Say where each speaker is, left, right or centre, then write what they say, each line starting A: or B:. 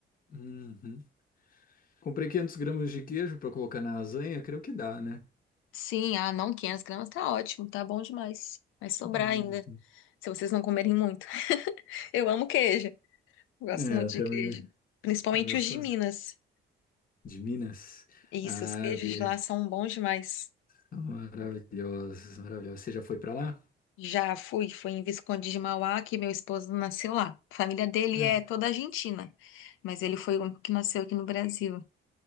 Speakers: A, on the left; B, on the left.
A: uhum. Comprei 500 gramas de queijo para colocar na lasanha, creio que dá, né?
B: Sim, ah, não, 500 gramas tá ótimo, tá bom demais. Vai sobrar
A: Uhum.
B: ainda, se vocês não comerem muito. <laughs> Eu amo queijo. Eu Gosto
A: É,
B: muito
A: eu
B: de
A: também
B: queijo. Principalmente
A: gosto
B: os de Minas.
A: de Minas.
B: Isso,
A: Ah,
B: os queijos
A: vi.
B: de lá são bons demais.
A: Maravilhosa, maravilhosa. Você já foi para lá?
B: Já fui, fui em Visconde de Mauá, que meu esposo nasceu lá. A família dele
A: É.
B: é toda argentina, mas ele foi o único que nasceu aqui no Brasil.